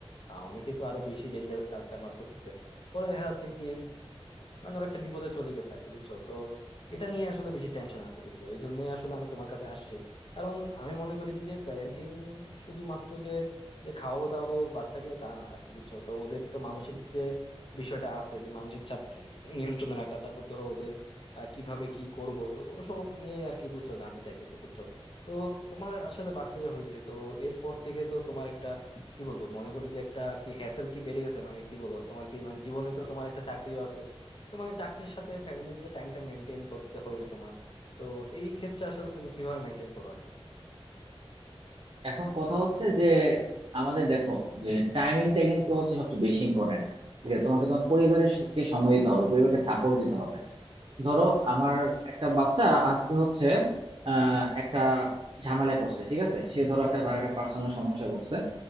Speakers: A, on the left (about 55°); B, on the right (about 50°).
A: আহ, অনেকে তো আরো বেশি ডেঞ্জারাস কাজ কারবার করতেছে পরে দেখা যাচ্ছে কি মানে ওর একটা বিপদে চলে গেছে আর কি বুঝছো তো এটা নিয়ে আসলে বেশি টেনশন আছে বুঝছো এই জন্যই আসলে আমি তোমার কাছে আসছি কারণ আমি মনে করি কি যে প্যারেন্টিং শুধুমাত্র যে যে খাওয়াবো দাওয়াবো বাচ্চাকে তা না আর কি বুঝছো তো ওদের তো মানসিক যে বিষয়টা আছে যে মানসিক চাপ নিয়ন্ত্রণে রাখা তারপর ধরো ওদের আহ, কিভাবে কি করব তো ওসব নিয়ে আর কি বুঝছো জানতে চাইতেছে বুঝছো তো তোমার আসলে বাচ্চা যে হয়েছে তো এরপর থেকে তো তোমার একটা কি বলবো মনে করো যে একটা কি হ্যাসেল কি বেড়ে গেছে মানে কি বলবো তোমার কি মানে জীবনে তো তোমার একটা চাকরিও আছে তো মানে চাকরির সাথে ফ্যামিলির যে টাইমটা মেনটেন করতে হয় তোমার তো এই ক্ষেত্রে আসলে তুমি কিভাবে মেনটেন করো আর কি
B: এখন কথা হচ্ছে যে আমাদের দেখো যে টাইমিংটা কিন্তু হচ্ছে সবচেয়ে বেশি ইম্পর্ট্যান্ট ঠিক আছে তোমাকে তোমার পরিবারের সবকে সময় দিতে হবে পরিবারকে সাপোর্ট দিতে হবে ধরো আমার একটা বাচ্চা আজকে হচ্ছে আহ, একটা ঝামেলায় পড়ছে ঠিক আছে সে ধরো একটা তার একটা পার্সোনাল সমস্যা পড়ছে